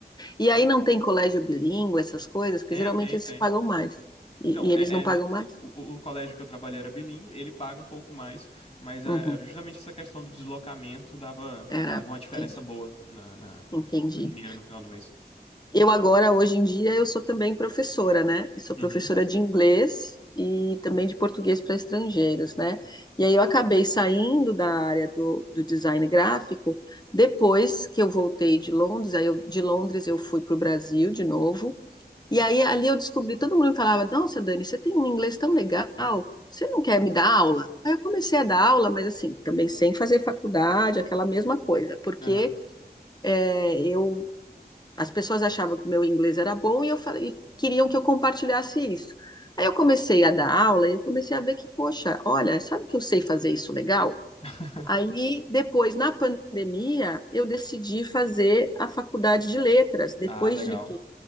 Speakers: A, on the left (about 25°); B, on the left (about 40°).
A: E aí não tem colégio bilíngue, essas coisas, porque
B: tem,
A: geralmente
B: tem,
A: eles
B: tem.
A: pagam mais. E,
B: Então,
A: e eles
B: é,
A: não
B: é-
A: pagam
B: ne-
A: mais?
B: o, o- o colégio que eu trabalhei era bilíngue, ele paga um pouco mais, mas é,
A: Uhum.
B: era justamente essa questão do deslocamento dava, dava
A: Era,
B: uma diferença
A: entendi.
B: boa na, na-
A: Entendi.
B: no dinheiro no final do mês.
A: Eu agora, hoje em dia, eu sou também professora, né? Eu sou
B: Uhum,
A: professora de inglês e também de português para estrangeiros, né? E aí eu acabei saindo da área do, do design gráfico depois que eu voltei de Londres. Aí eu- de Londres eu fui para o Brasil de novo. E aí ali eu descobri, todo mundo me falava, nossa, Dani, você tem um inglês tão legal, você não quer me dar aula? Aí eu comecei a dar aula, mas assim, também sem fazer faculdade, aquela mesma coisa, porque
B: aham.
A: é, eu as pessoas achavam que meu inglês era bom e, eu, fa- e queriam que eu compartilhasse isso. Aí eu comecei a dar aula e eu comecei a ver que, poxa, olha, sabe que eu sei fazer isso legal?
B: <laughs>
A: Aí, depois, na pandemia, eu decidi fazer a faculdade de letras, depois
B: Ah, legal.
A: de que